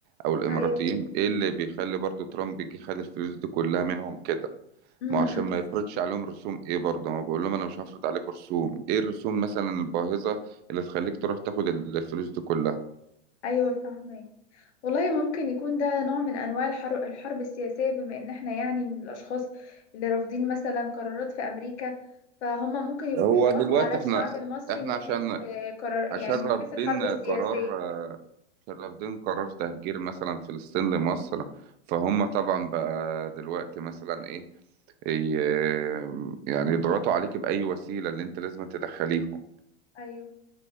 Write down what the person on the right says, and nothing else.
او الاماراتيين
ايه اللي بيخلي برضو ترامب يجي خد الفلوس دي كلها منهم كده
ما هو عشان ما يفرضش عليهم رسوم ايه برضه ما بقول لهم انا مش هفرض عليكم رسوم ايه الرسوم مثلا الباهظة اللي تخليك تروح تاخد الفلوس دي كلها
هو
دلوقتي
احنا
احنا
عشان
عشان
رافضين
قرار عشان رافضين قرار تهجير مثلا فلسطين لمصر فهم طبعا بقى دلوقتي مثلا ايه ي- يعني يضغطوا عليك بأي وسيلة اللي انت لازم تدخليهم